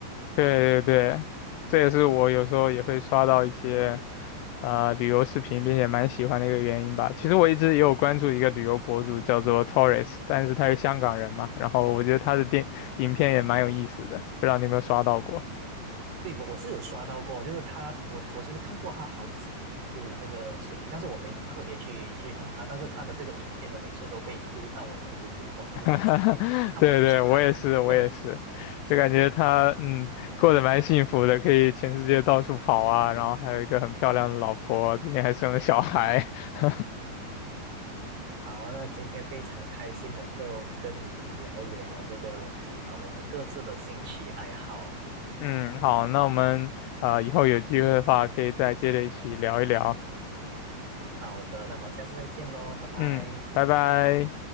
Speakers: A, on the left; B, on the right.
A: 对对对，这也是我有时候也会刷到一些啊旅游视频，并且蛮喜欢的一个原因吧。其实我一直也有关注一个旅游博主叫做 Torres，但是他是香港人嘛，然后我觉得他的电影片也蛮有意思的，不知道你有没有刷到过。
B: 对，我我是有刷到过，就是他，我我其实看过他好几部这个视频，但是我没特别去追踪他，但是他的这个影片呢，每次都被推到我的这个油管的这个主页，
A: <laughs>
B: 但我没去看啊。
A: 对对，我也是，我也是，
B: <laughs>
A: 就感觉他嗯过得蛮幸福的，可以全世界到处跑啊，然后还有一个很漂亮的老婆，最近还生了小孩。<laughs>
B: 好，那今天非常开心能够跟你聊聊这个啊，呃，我们各自的兴趣爱好。
A: 嗯，好，那我们啊以后有机会的话，可以再接着一起聊一聊。
B: 好的，那么下次再见喽，拜拜。
A: 嗯，拜拜。